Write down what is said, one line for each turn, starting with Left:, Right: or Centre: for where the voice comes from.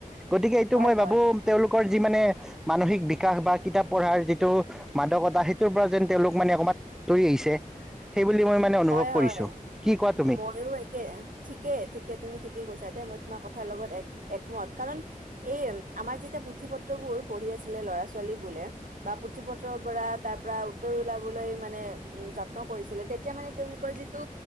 Centre: গতিকে এইটো
Right: হয়
Centre: মই ভাবোঁ
Right: হয়
Centre: তেওঁলোকৰ যি মানে মানসিক বিকাশ বা কিতাপ পঢ়াৰ যিটো মাদকতা সেইটোৰ পৰা যেন তেওঁলোক মানে অকমান আতৰি আহিছে। সেইবুলি মই মানে অনুভৱ
Right: হয়,
Centre: কৰিছো
Right: হয়,
Centre: কি কোৱা তুমি
Right: ময়ো একে, ঠিকে ঠিকে তুমি ঠিকে কৈছা। দে মই কিমান ক তাৰ লগত এক একমত কাৰণ, এই আমাৰ যেতিয়া পুথি পত্ৰবোৰ পঢ়ি আছিলে ল'ৰা ছোৱালী বুল লে বা পুথি পত্ৰৰ পৰা তাৰ পৰা উত্তৰ উলাবলৈ মানে উম, যত্ন কৰিছিলে, তেতিয়া মানে তেওঁলোকৰ যিটো